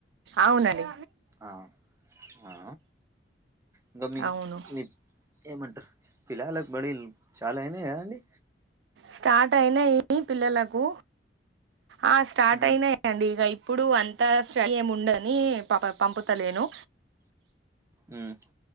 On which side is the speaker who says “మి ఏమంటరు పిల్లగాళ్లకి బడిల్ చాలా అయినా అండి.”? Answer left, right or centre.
Right